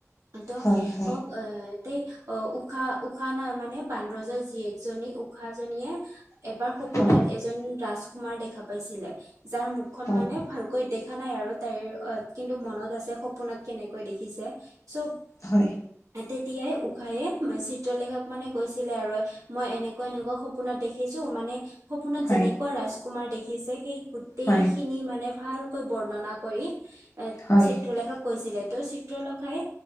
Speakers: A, on the right; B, on the left.
A: একদম
B: হয়,
A: অ অ তে অহ উষাহ উষাহ না মানে বানৰজা জীয়েকজনী উষাহ জনীয়ে এবাৰ সপোনত
B: হয়,
A: এজন ৰাজকুমাৰ দেখা পাইছিলে যাৰ মুখখন
B: হয়,
A: মানে ভালকৈ দেখ দেখা নাই আৰু তাই অহ কিন্তু মনত আছে সপোনত কেনেকৈ দেখিছে চৱ
B: হয়
A: তেতিয়াই উষায়ে চিত্ৰলেখাক মানে কৈছিলে আৰু মই এনেকুৱা এনেকুৱা সপোন সপোনত দেখিছো মানে সপোনত
B: হয়,
A: যেনেকুৱা ৰাজকুমাৰ দেখিছে সেই গোটেইখিনি
B: হয়,
A: মানে ভালকৈ বৰ্ণনা কৰি এ
B: হয়,
A: চিত্ৰলেখাক কৈছিলে তহ চিত্ৰলেখাই